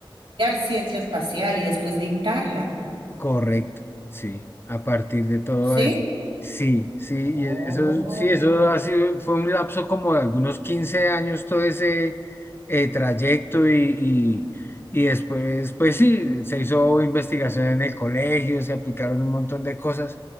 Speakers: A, on the right; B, on the left.
A: ciencia espacial y después dictarla,
B: Correcto, sí, a partir de todo
A: ¿sí?
B: eso. Sí, sí,
A: Oh.
B: y e- eso, sí, eso ha sido, fue un lapso como de algunos 15 años todo ese eh, trayecto y, y, y después, pues sí, se hizo investigación en el colegio, se aplicaron un montón de cosas.